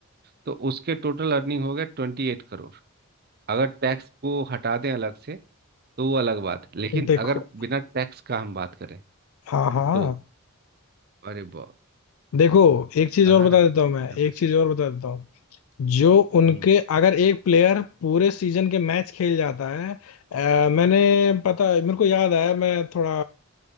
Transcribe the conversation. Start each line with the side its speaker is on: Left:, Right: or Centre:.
Right: तो उसके टोटल अर्निंग हो गए ट्वेंटी एट करोड़ अगर टैक्स को हटा दें अलग से तो वो अलग बात है लेकिन
Left: देखो
Right: अगर बिना टैक्स का हम बात करें
Left: हाँ हाँ
Right: तो अरे वाह
Left: देखो एक चीज
Right: कहाँ
Left: और बता
Right: रखे
Left: देता हूँ मैं
Right: कितना पैसा
Left: एक चीज
Right: लगा
Left: और बता देता हूँ जो उनके
Right: हम्म
Left: अगर एक प्लेयर पूरे सीजन के मैच खेल जाता है अ, मैंने पता मेरे को याद आया मैं थोड़ा